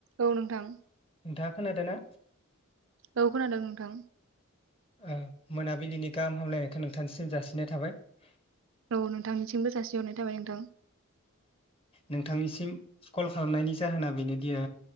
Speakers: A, on the right; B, on the left.
A: औ नोंथां।
B: नोंथाङा खोनादो ना?
A: औ खोनादो नोंथां ।
B: ओ मोनाबिलिनि गाहाम हामलायनायखो नोंथांनिसिम जासिनाय थाबाय ।
A: औ नोंथांनिसिमबो जासिहरनाय थाबाय नोंथां ।
B: नोंथांनिसिम कल खालामनायनि जाहोना बेनोदि ओ